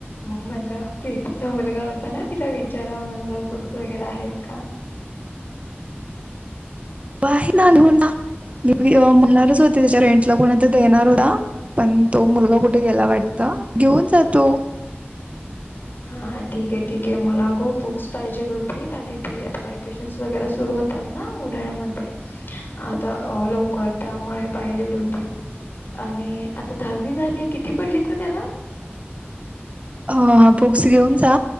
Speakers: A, on the left; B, on the right.
A: मग म्हणलं प्रीतीचा मुलगा होता ना तिला विचाराव म्हणलं बुक्स वगैरे आहेत का?
B: आहे ना घेऊन जा, मी म्हणणारच होते त्याच्या रेंटला कोणा देणार होता पण तो मुलगा कुठे गेला वाटतं, घेऊन जा तु.
A: हा हा ठीक आहे ठीक आहे, मला अगं बुक्स पाहिजेल होतीत आणि आता ट्युशन्स वगैरे सुरू होतात ना उन्हाळ्यामध्ये आता लवकर त्यामुळे पाहिजेल होती. आणि आता दहावी झाली, किती पडलेत गं त्याला?
B: हा हा बुक्स घेऊन जा,